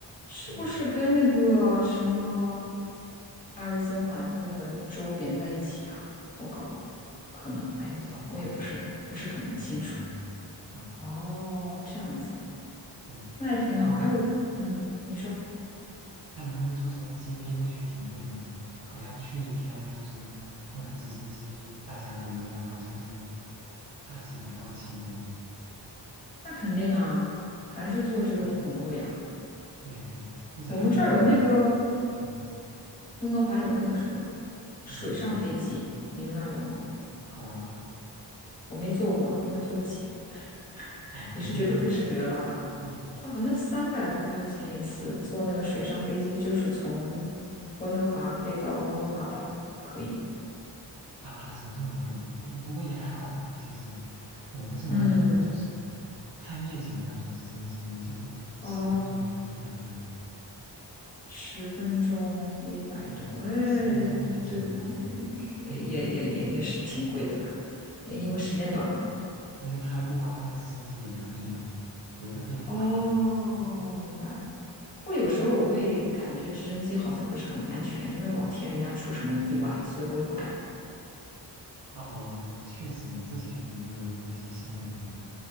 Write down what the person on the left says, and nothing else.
是不是跟那个什么
Arizona 那个州连在一起啊？我搞不懂，可能，哎呀，
我也不是不是很清楚。
哦，这样子，
那还挺好。
还有，嗯，你说，
那肯定啊，凡是做这个都很贵啊。
我们这儿有那个
温哥华有那个什么水上飞机，
你们那儿有吗？
我没坐过，因为坐不起，<laughs>
也是觉得不值得了吧。
它好像三百多块钱一次，坐那个水上飞机，就是从温哥华飞到温哥华岛，可以。
嗯，
哦，十分钟一百多，
哎，
对，
呃也也也也是挺贵的啦，因为时间短嘛。
哦，
明白。我有时候我会感觉直升机好像不是很安全，因为老听人家出什么意外，所以我也不敢。